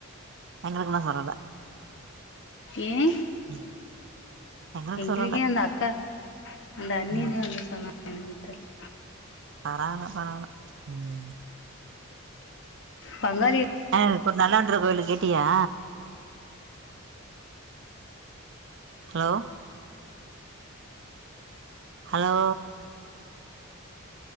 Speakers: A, on the right; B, on the left.
A: எங்களுக்குல்லா சொல்லல
B: ஏன்
A: <inaudible> எங்களுக்கு
B: எங்களுக்க
A: சொல்லல
B: அந்த அக்கா அந்த அண்ணியதே
A: ம்
B: வந்து சொன்னா என தெரியல
A: பரவால பரவால ம்
B: பங்காளி
A: ஆ இப்ப நல்லாண்டற கோயிலு கேட்டியா ஹலோ ஹலோ